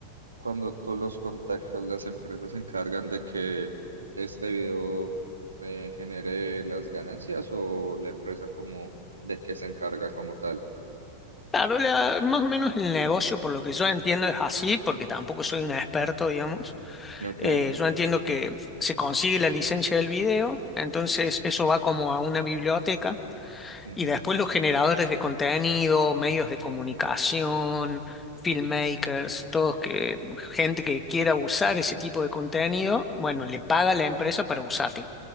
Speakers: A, on the right; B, on the left.
A: cuando tú los contactas, las empresas se encargan de que este video eh, genere las ganancias o la empresa como de qué se encarga como tal.
B: claro, la- más o menos el negocio, por lo que yo entiendo, es así, porque tampoco soy un experto, digamos.
A: Ok.
B: Eh, yo entiendo que se consigue la licencia del video, entonces eso va como a una biblioteca.
A: ujú,
B: Y después los generadores de contenido, medios de comunicación, filmmakers, todos que, gente que quiera usar ese tipo de contenido, bueno, le paga a la empresa para usarlo.